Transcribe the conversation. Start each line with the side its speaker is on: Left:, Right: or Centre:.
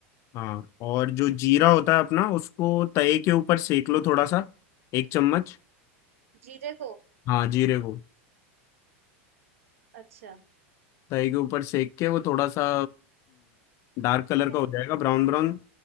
Left: हाँ और जो जीरा होता है अपना उसको तवे के ऊपर सेक लो थोड़ा सा एक चम्मच
Right: जीरे को
Left: हाँ जीरे को
Right: अच्छा
Left: तवे के ऊपर सेक के वो थोड़ा सा डार्क कलर का
Right: कह-
Left: हो जाएगा ब्राउन ब्राउन